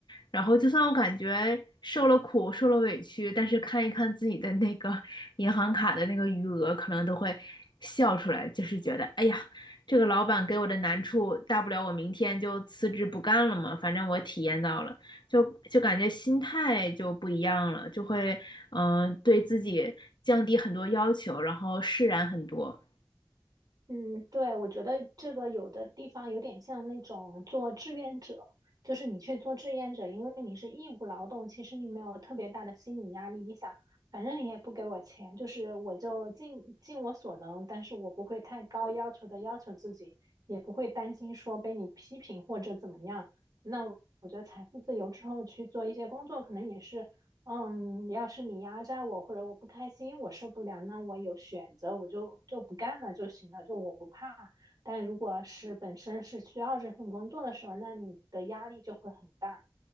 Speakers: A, on the left; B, on the right.
A: 然后就算我感觉受了苦、受了委屈，但是看一看自己的那个 <laughs> 银行卡的那个余额，可能都会笑出来，就是觉得，哎呀，这个老板给我的难处，大不了我明天就辞职不干了嘛，反正我体验到了，就就感觉心态就不一样了，就会嗯、呃对自己降低很多要求，然后释然很多。
B: 嗯，对，我觉得这个有的地方有点像那种做志愿者，就是你去做志愿者，因为你是义务劳动，其实你没有特别大的心理压力。你想，反正你也不给我钱，就是我就尽尽我所能，但是我不会太高要求的要求自己，也不会担心说被你批评或者怎么样。那我我觉得财富自由之后去做一些工作，可能也是。嗯，要是你压榨我或者我不开心，我受不了，那我有选择，我就就不干了就行了，就我不怕。但如果是本身是需要这份工作的时候，那你的压力就会很大。